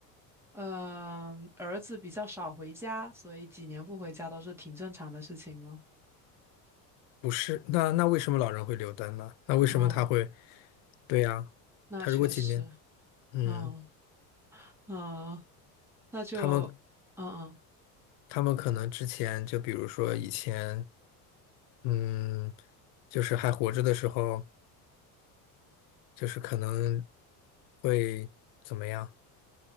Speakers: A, in the centre; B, on the left.
A: 嗯，儿子比较少回家，所以几年不回家都是挺正常的事情吗？
B: 不是？那那为什么老人会留灯呢？那为什么他会？
A: 嗯，
B: 对呀，
A: 那确实，
B: 他如果几年，嗯，
A: 嗯嗯，那就
B: 他们
A: 嗯嗯。
B: 他们可能之前就比如说以前，嗯，就是还活着的时候。就是可能会怎么样？